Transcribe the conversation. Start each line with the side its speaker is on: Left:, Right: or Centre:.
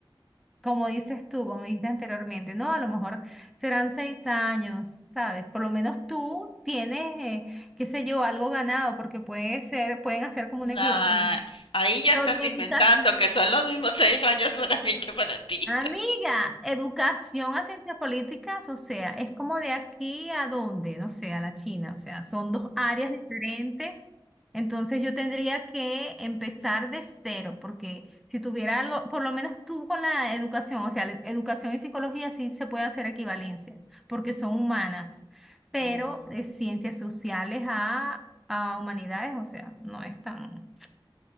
Centre: como dices tú, como dijiste anteriormente, no, a lo mejor serán seis años, ¿sabes? Por lo menos tú tienes, eh, qué sé yo, algo ganado, porque puede ser, pueden hacer como
Left: No,
Centre: un equivalente.
Left: ahí ya
Centre: Historietas.
Left: estás inventando que son los mismos seis años para mí que para ti.
Centre: Amiga, educación a ciencias políticas, o sea, es como de aquí a dónde, no sé, a la China, o sea, son
Left: <laughs>
Centre: dos áreas diferentes. Entonces yo tendría que empezar de cero, porque si tuviera algo, por lo menos tú con la educación, o sea, la educación y psicología sí se puede hacer equivalencia, porque son humanas, pero
Left: No.
Centre: de ciencias sociales a, a humanidades, o sea, no es tan...